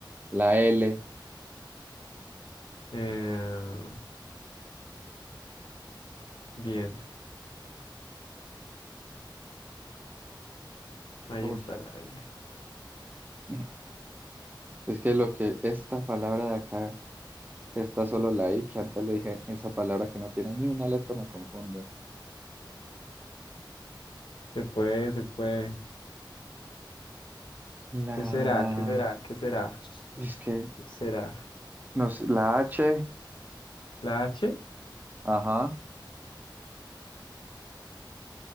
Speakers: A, on the right; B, on the left.
A: La L.
B: Eh, bien, ahí
A: Uy.
B: está la L.
A: <laughs> Es que lo que esta palabra de acá, que está solo la I, que antes le dije esa palabra que no tiene ni una letra, me confunde.
B: Se puede, se puede.
A: La...
B: ¿Qué será? ¿Qué será? ¿Qué será?
A: Es que
B: ¿Qué será?
A: nos, la H,
B: ¿La H?
A: ajá,